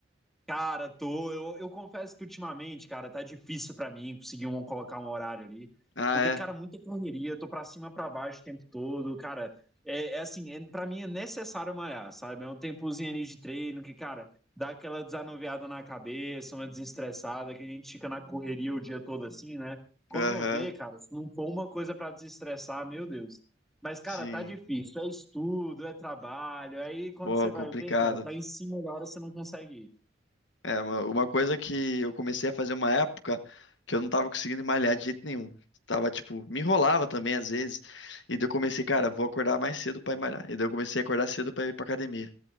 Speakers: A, in the centre; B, on the left (about 70°).
A: Cara, tô. Eu, eu confesso que ultimamente, cara, tá difícil pra mim conseguir um, colocar um horário ali.
B: Ah,
A: Porque,
B: é?
A: cara, muita correria, eu tô pra cima, pra baixo o tempo todo. Cara, é, é assim, é, pra mim é necessário malhar, sabe? É um tempozinho ali de treino que, cara, dá aquela desanuviada na cabeça, uma desestressada, que a gente fica na correria o dia todo assim, né? Quando
B: Aham,
A: vê, cara, se não for uma coisa pra desestressar, meu Deus. Mas, cara,
B: sim.
A: tá difícil. É estudo, é trabalho. Aí, quando
B: Pô,
A: você vai
B: complicado.
A: ver, cara, tá em cima da hora, você não consegue ir.
B: É, uma, uma coisa que eu comecei a fazer uma época que eu não tava conseguindo malhar de jeito nenhum. Tava, tipo, me enrolava também às vezes. E daí eu comecei, cara, vou acordar mais cedo pra ir malhar. E daí eu comecei a acordar cedo pra ir pra academia.